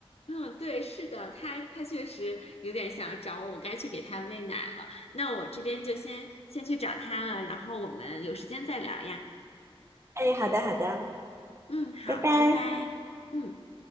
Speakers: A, on the left (about 85°); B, on the right (about 25°).
A: 嗯，对，是的，他他确实有点想找我，我该去给他喂奶了。那我这边就先先去找他了，然后我们有时间再聊呀。
B: 哎，好的，好的，
A: 嗯，好，
B: 拜拜。
A: 拜拜。嗯。